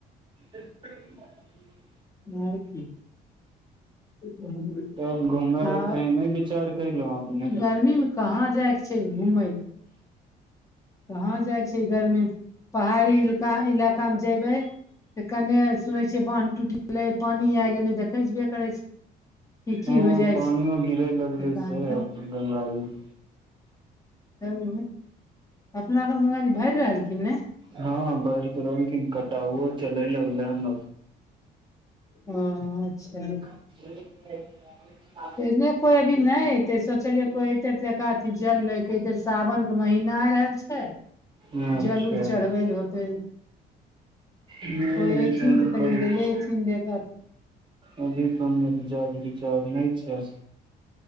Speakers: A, on the right; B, on the left.
A: <inaudible>
B: आ की। <unintelligible>
A: तब घूमय
B: आ
A: लेल कहीं विचार कएलहुँ अपने?
B: ई गर्मी मे कहाँ जाए कऽ छै घूमय कहाँ जाइ छी? गर्मीमे पहाड़ी इलाका मे जेबै। तऽ कन्ने सुनै छियै जे बाँध टूटि गेलै, पानि आबि गेलै देखै छबे करै छै। की की
A: हँ
B: होइ जाइ
A: पानियो
B: छै
A: गिरे लगले
B: तब
A: से
B: तब
A: गंगाजी
B: तब अपना क गङ्गाजी भरि रहलखिन ने
A: हँ बस रहल क कटाउओ चले लगले हन
B: ह अच्छा।
A: <inaudible>
B: नहि, कोइ एबही नहि। तै सोचलियै जे कोइ एतहि। अथी जल लैके इतर सावन के महीना आ रहल छै
A: अच्छा
B: जल-उल चढ़बै ल होतै।
A: नहि
B: कोइ
A: अभी
B: एतथिन
A: कोनो
B: त तनी
A: परीक्ष
B: लेने एयथिन एहि जग
A: अभी कोन तऽ जा <unintelligible> ज बिचाज नहि छै